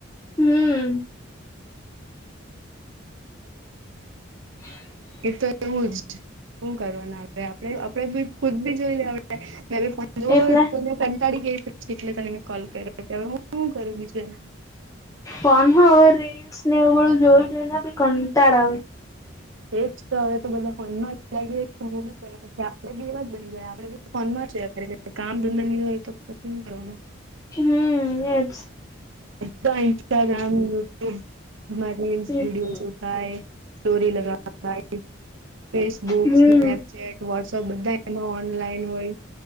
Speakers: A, on the left; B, on the right.
A: હમ્મ. હમ.
B: તો એું જ શું કરવા આપે ખુદ બી જોઈ લેડ મે. જો
A: એટલે
B: તને કંટાળી ગઈ શક એટલે ત કોલ કર્યો કે હવે હું શું કરું બીજું એના
A: પણન હ હવે રેલ્સ ને એવું બું જોયું જોઈ ને બી કંટાળ આવે.
B: તેજ તો, હવે તો બધા ફનમાં જ લાગી સમ. આપે બે વાત બની ગયા, આપડે બી ફોનમાં છે. અરે, કામ ધંધા ની હોય તો પછી કરવાનું.
A: હમ, એ જ.
B: બધા ઇસ્ટાગ્રામ, યુટ્યુબ. તમા રીલ્સ,
A: હમ
B: વિડ્યો જ જોતા હોય, સ્ટોરી લગતા. ફેસબુક,
A: હમ
B: સ્નેપચે, ટ વોટ્સઅપ બધા એમાં ઓનલાઈન હોય.